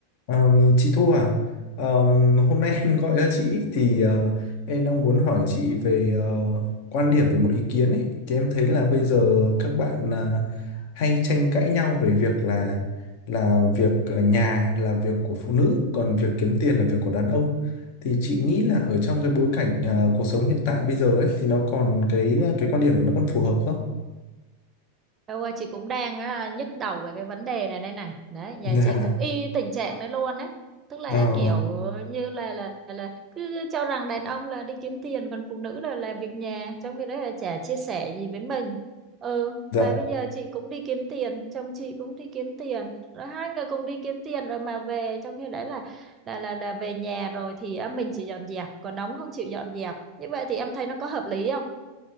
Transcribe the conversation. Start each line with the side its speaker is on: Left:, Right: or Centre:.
Left: Ờm, chị Thu à, Ờm, hôm nay <laughs> em gọi cho chị thì ờ, em đang muốn hỏi chị về ờ, quan điểm về một ý kiến ấy. Thì em thấy là bây giờ các bạn là hay tranh cãi nhau về việc là là việc ở nhà là việc của phụ nữ, còn việc kiếm tiền là việc của đàn ông. Thì chị nghĩ là ở trong cái bối cảnh ờ, cuộc sống hiện tại bây giờ ấy thì nó còn cái ờ, cái quan điểm đấy nó còn phù hợp không?
Right: Đâu ơi, chị cũng đang à, nhức đầu về cái vấn đề này đây này. Đấy, nhà
Left: <laughs>
Right: chị cũng y tình trạng đấy luôn đấy. Tức là
Left: Dạ, Ờ,
Right: kiểu như là là là cứ cho rằng đàn ông là đi kiếm tiền còn phụ nữ là làm việc nhà, trong khi đấy là chả chia sẻ gì với mình. Ừ,
Left: dạ.
Right: mà bây giờ chị cũng đi kiếm tiền, chồng chị cũng đi kiếm tiền. Rồi hai người cùng đi kiếm tiền rồi mà về trong khi đấy là là là là về nhà rồi thì à, mình chỉ dọn dẹp, còn ông không chịu dọn dẹp. Như vậy thì em thấy nó có hợp lý không?